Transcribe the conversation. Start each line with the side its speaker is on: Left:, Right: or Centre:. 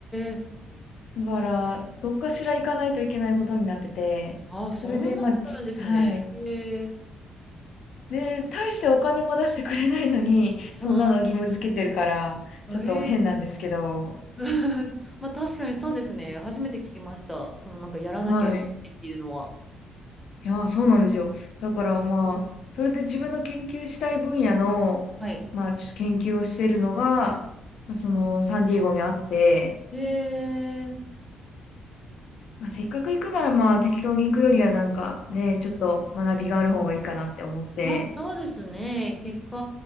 Centre: えー、
Left: だから、どっかしら行かないといけないことになってて、
Centre: ああ、そんなことあるんですね。
Left: それで、まあ、ちはい。
Centre: ええ
Left: で、大してお金も出してくれないのに、そんなの義務付けてるから、
Centre: うん。え
Left: ちょっと変なんですけど、
Centre: <laughs> まあ確かにそうですね。初めて聞きました。そのなんかやらなきゃいけないっていうのは。
Left: はい。いやー、そうなんですよ。だからまあ、
Centre: うん
Left: それで自分の研究したい分野の、
Centre: はい。
Left: まあ、ちょっと研究をしているのが、まあ、その、サンディエゴにあって、
Centre: へえ。
Left: まあ、せっかく行くならまあ、適当に行くよりはなんかね、ちょっと学びがある方がいいかなって思って、
Centre: まあそうですね。結果、